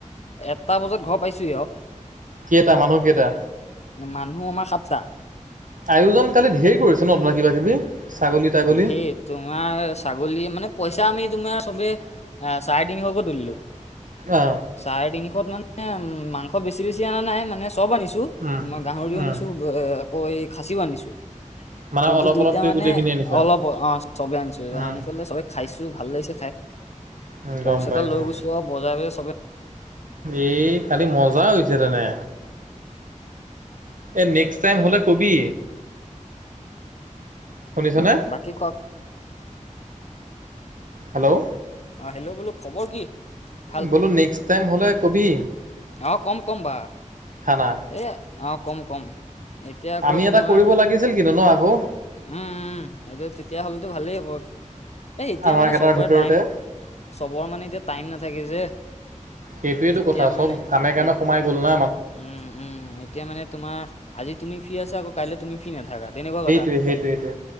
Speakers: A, on the left (about 55°); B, on the right (about 80°).
A: এটা বজাত ঘৰ পাইছোহি আৰু
B: কেইটা মানুহ কেইটা।
A: মানুহ আমাৰ সাতটা
B: আয়োজন কালি ধেৰ কৰিছে ন তোমাৰ কিবা কিবি ছাগলী তাগলী
A: হেই তোমাৰ ছাগলী মানে পইচা আমি তোমাৰ চবে চাৰে তিনিশকৈ তুলিলো।
B: অ
A: চাৰেদনি। মানে উম মাংস বেছি বেছি অনা নাই মানে চব আনিছো
B: উম
A: তোমাৰ গাহৰিও
B: উম
A: আনিছো এ। ক খাচিও আনিছো
B: মানে
A: কিন্তু
B: অলপ
A: দুইটা
B: অলপকৈ
A: মানে
B: গোটেইখিনি আনিছে
A: অলপ
B: আৰু
A: অ চবে আনিছো
B: উম
A: আনি পেলালে চবে খাইছো ভাল লাগিছে খাই
B: উম,
A: বক্স
B: গম পাইছোঁ।
A: এটা লৈ গৈছো আৰু বজাই ব চবে
B: এই খালি মজা হৈছে তেনে এ নেক্সট টাইম হলে কবি। শুনিছনে
A: বাকী খোৱা
B: হেল্ল'
A: অ' হেল্ল' বোলো খবৰ কি ভাল
B: বলো নেক্সট টাইম হলে কবি
A: অ কম কম বা
B: খানা।
A: এই অ কম কম এতিয়া আকৌ
B: আমি
A: তোমাৰ
B: এটা কৰিব লাগিছিল কিন্তু ন আকৌ
A: উম সেইটো তেতিয়া হ'লেতো ভালেই হ'ব। এ এতিয়া
B: আমাৰ
A: মানে
B: কেইটাৰ
A: চবৰে
B: ভিতৰতে।
A: টাইম চবৰে মানে এতিয়া টাইম নাথাকে যে।
B: সেইটোয়েতটো
A: এতিয়া
B: কথা
A: মানে
B: চব কামে কামে
A: এই
B: সোমাই গ'লো ন
A: উম উম এতিয়া মানে তোমাৰ আজি তুমি ফি আছা আকৌ কাইলে তুমি ফি নাথাকা তেনেকুৱা কথা।
B: সেই সেইটোোৱেইটোে।